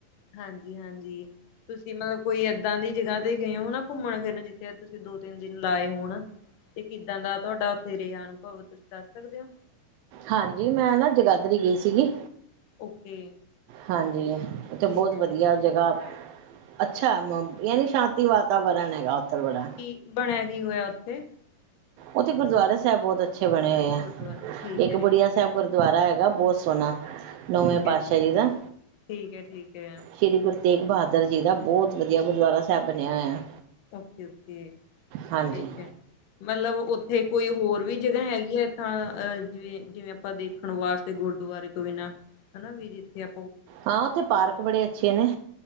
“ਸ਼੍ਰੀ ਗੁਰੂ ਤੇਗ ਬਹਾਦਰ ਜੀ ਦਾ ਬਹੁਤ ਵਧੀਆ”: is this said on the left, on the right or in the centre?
Right